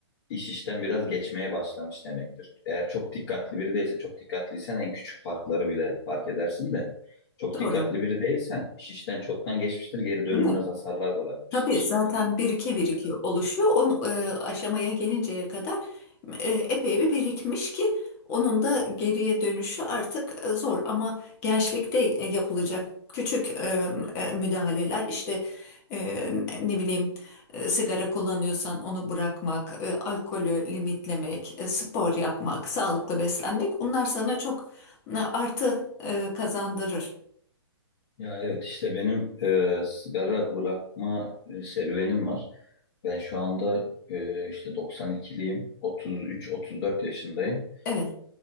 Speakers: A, on the left; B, on the left.
A: iş işten biraz geçmeye başlamış demektir. Eğer çok dikkatli biri değilse, çok dikkatliysen en küçük farkları bile fark edersin de çok dikkatli
B: doğru.
A: biri değilsen iş işten çoktan geçmiştir, geri dönülmez
B: Değil mi?
A: hasarlar bırakmıştır.
B: Tabii zaten birike birike
A: Yani,
B: oluşuyor. O aşamaya gelinceye kadar e, epey bir birikmiş ki onun da geriye dönüşü artık e, zor. Ama gençlikte e, yapılacak küçük e, e, müdahaleler işte e, ne bileyim e, sigara kullanıyorsan onu bırakmak, e, alkolü limitlemek, e, spor yapmak, sağlıklı beslenmek bunlar sana çok e, artı e, kazandırır.
A: ya evet işte benim e, sigara bırakma e, serüvenim var. Ben şu anda e, işte 92'liyim, 33-34 yaşındayım.
B: Evet.